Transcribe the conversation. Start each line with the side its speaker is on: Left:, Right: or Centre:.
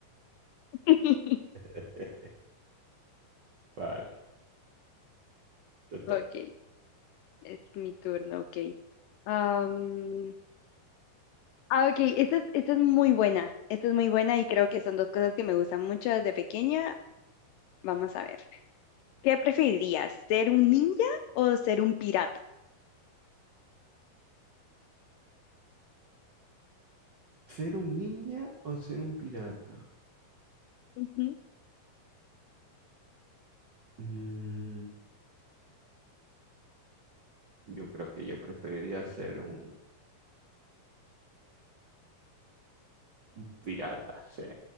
Left: <laughs>
Right: <laughs> Vale, te toca.
Left: Ok, es mi turno, ok. Am, ah, ok, esta es, esta es muy buena. Esta es muy buena y creo que son dos cosas que me gustan mucho desde pequeña. Vamos a ver. ¿Qué preferirías? ¿Ser un ninja o ser un pirata?
Right: ¿Ser un ninja o ser un pirata?
Left: Ujú,
Right: Mm, Yo creo que yo preferiría ser un, un pirata, sí,